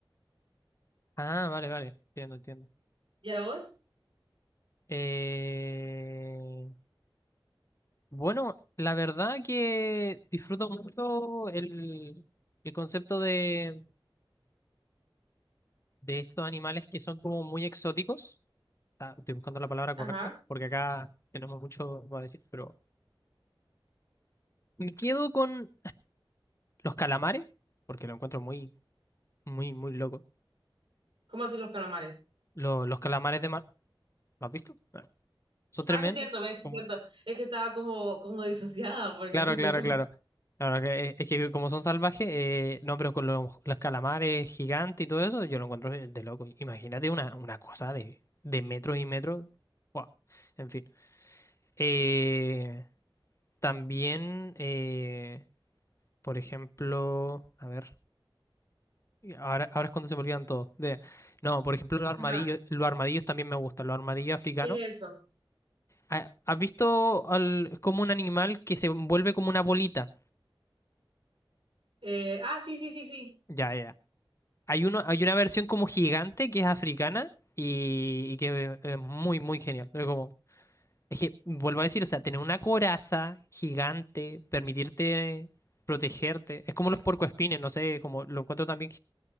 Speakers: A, on the left (about 35°); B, on the right (about 75°).
A: Ah, vale, vale. Entiendo, entiendo.
B: ¿Y a vos?
A: Eh, Bueno, la verdad que disfruto mucho el, el concepto de, de estos animales que son como muy exóticos. Ah, estoy buscando la palabra
B: Ajá.
A: correcta, porque acá tenemos mucho para decir, pero me quedo con los calamares, porque lo encuentro muy, muy, muy loco.
B: ¿Cómo así los calamares?
A: Lo- los calamares de mar, ¿lo has visto? Son tremendos.
B: Ah, sí es cierto, ves, sí
A: Como-
B: es cierto. Es que estaba como, como disociada, porque
A: Claro,
B: sí sé
A: claro,
B: que...
A: claro. Claro, que- eh, es que como son salvajes, eh, no, pero con los, los calamares gigantes y todo eso, yo lo encuentro de, loco. Imagínate una, una cosa de, de metros y metros. Guau. En fin. Eh, también, eh, por ejemplo, a ver, ahora, ahora es cuando se me olvidan todos. De- no, por ejemplo, los armadillos,
B: <laughs> Ajá.
A: los armadillos también me gustan, los armadillos africanos.
B: ¿Qué es eso?
A: Ah, ¿Has visto al- como un animal que se vuelve como una bolita?
B: Eh, ah, sí, sí, sí, sí.
A: Ya, ya. Hay uno, hay una versión como gigante que es africana y, y que es muy, muy genial. Pero como, es que, vuelvo a decir, o sea, tener una coraza gigante, permitirte protegerte, es como los puercoespines, no sé, como lo encuentro también